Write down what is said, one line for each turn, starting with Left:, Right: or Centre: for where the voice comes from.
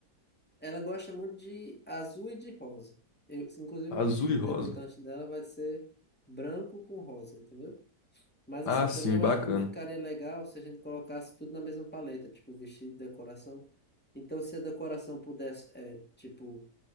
Centre: Ela gosta muito de azul e de rosa. Eu, inclusive, o
Left: Azul
Centre: vestido
Left: e rosa.
Centre: debutante dela vai ser branco com rosa, entendeu? Mas
Left: Ah,
Centre: assim,
Left: sim,
Centre: também eu
Left: bacana.
Centre: acho que não ficaria legal se a gente colocasse tudo na mesma paleta, tipo vestido, decoração. Então, se a decoração pudesse, é, tipo,